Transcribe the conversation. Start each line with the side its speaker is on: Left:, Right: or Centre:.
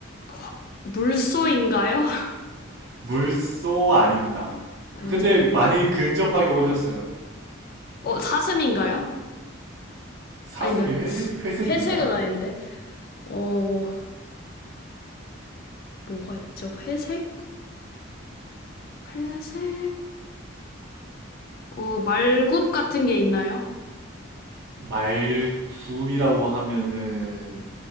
Left: 화- 물소인가요? <laughs>
Right: 물소 아닙니다.
Left: 아니죠.
Right: 근데 많이 근접하게 오셨어요.
Left: 어, 사슴인가요?
Right: 사슴이
Left: 아닌데.
Right: 회색, 회색이
Left: 회색은
Right: 있나요?
Left: 아닌데. 어, 뭐가 있죠? 회색? 회색? 어, 말굽 같은 게 있나요?
Right: 말굽이라고 하면은,